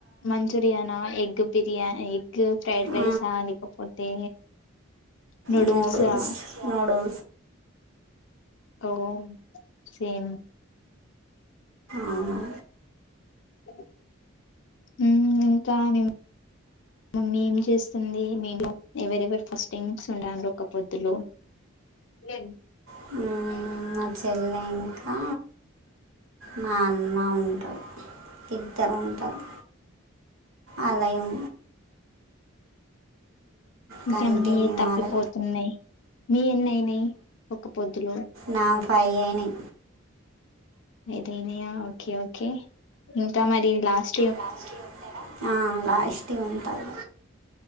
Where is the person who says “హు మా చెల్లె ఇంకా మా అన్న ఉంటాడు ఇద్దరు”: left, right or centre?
Right